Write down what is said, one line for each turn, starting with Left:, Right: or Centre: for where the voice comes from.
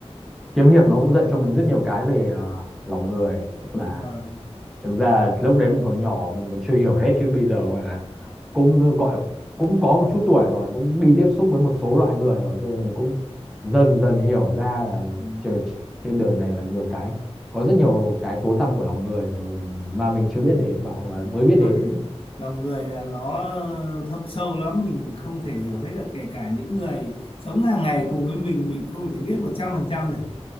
Centre: kiếm hiệp nó cũng dạy cho mình rất nhiều cái về à, lòng người tức
Left: đúng
Centre: là
Left: rồi
Centre: thực ra là lúc đấy mình còn nhỏ mình còn chưa hiểu hết chứ bây giờ gọi là cũng gọi là cũng có một chút tuổi rồi cũng đi tiếp xúc với một số loại người rồi cho nên mình cũng dần dần hiểu ra là
Left: ừ.
Centre: trời trên đời này là nhiều cái có rất nhiều cái tối tăm của lòng người mà mình mà mình chưa biết đến và hoặc là mới
Left: Con
Centre: biết đến
Left: người lòng người là nó ờ, thâm sâu lắm mình không thể hiểu hết được kể cả những người sống hàng ngày cùng với mình mình không thể biết một trăm phần trăm được